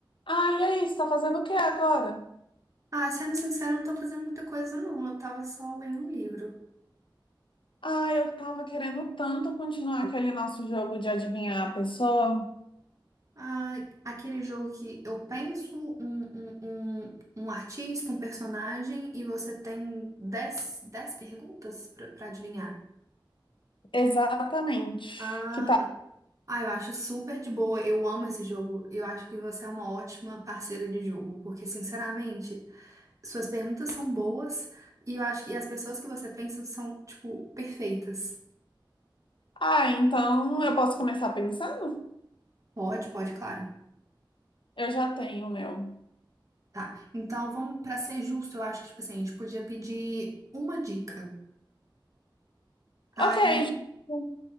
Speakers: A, on the left (about 80°); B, on the right (about 40°).
A: Ah, e aí, você tá fazendo o que agora?
B: Ah, sendo sincero, eu não tô fazendo muita coisa, não. Eu tava só lendo um livro.
A: Ah, eu tava querendo tanto continuar aquele nosso jogo de adivinhar a pessoa.
B: Ah, aquele jogo que eu penso um, um, um, um artista, um personagem, e você tem dez dez perguntas pra, pra adivinhar.
A: Exatamente.
B: Ah,
A: Que tal?
B: não. Ah, eu acho super de boa. Eu amo esse jogo. Eu acho que você é uma ótima parceira de jogo, porque, sinceramente, suas perguntas são boas e eu acho que as pessoas que você pensa são, tipo, perfeitas.
A: Ah, então eu posso começar pensando?
B: Pode, pode, claro.
A: Eu já tenho o meu.
B: Tá, então vamos para ser justo, eu acho que tipo assim, a gente podia pedir uma dica. Aí,
A: Ok, justo.